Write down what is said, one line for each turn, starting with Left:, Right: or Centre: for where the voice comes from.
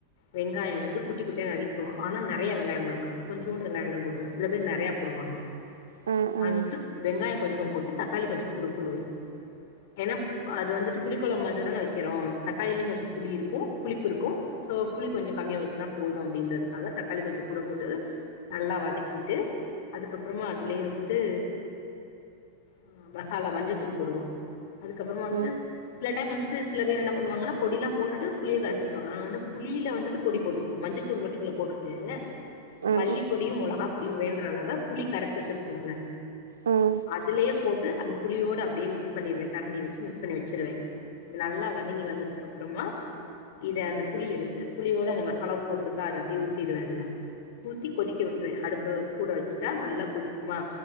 Left: வெங்காய வந்து குட்டி குட்டியா நரிக்குவோ ஆனா நெறைய வெங்காய போட மாட்டோ கொஞ்சூண்டு வெங்காய தா போடுவோ சில பேர் நெறையா போடுவாங்க
Right: <inaudible>
Left: நாங்க
Right: ம்
Left: வந்துட்டு வெங்காய கொஞ்சமா போட்டு தக்காளி கொஞ்ச கூட போடுவோ ஏனா அது வந்துட்டு புளிக்கொழம் மாதிரி தான வக்கிறோ தக்காளிலியு கொஞ்ச புளி இருக்கு புளிப்பு இருக்கு சோ புளி கொஞ்ச கம்மியா ஊத்துனா போது அப்டின்றதுக்காக தக்காளி கொஞ்சோ கூட போட்டு நல்லா வதக்கிட்டு அதுக்கப்புறமா அதுலயே வந்துட்டு ஆ மசாலா மஞ்சளத்தூள் போடுவோ அதுக்கப்பறமா வந்துட்டு
Right: ம்
Left: சில டைம் வந்துட்டு சில பேர் என்ன பண்ணுவாங்கனா பொடிலா போட்டுட்டு புளிய கரச்சி ஊத்துவாங்க நாங்க வந்து புளியில வந்துட்டு பொடி போட்டுப்போ மஞ்ச தூள் மட்டு இதுல போட்டுட்டு
Right: ம்
Left: மல்லி பொடியு மொளகா பொடியு வேண்றளவ புளி கரச்சி வச்சிருப்போம்ல்ல
Right: ம்
Left: அதுலயே போட்டு அந்த புளியோட ப்டியே மிக்ஸ் பண்ணிர்ற கரண்டி வச்சி மிக்ஸ் பண்ணி வச்சிருவே இது நல்லா வதங்கி வந்ததுக்கப்றமா இத அந்த புளி எடுத்து புளியோட அந்த மசாலாவு போட்டிருக்கா அது அப்டியே ஊத்திருவே அதல ஊத்தி கொதிக்க விட்ருவே அடுப்பு கூட வச்சிட்டா நல்லா கொதிக்குமா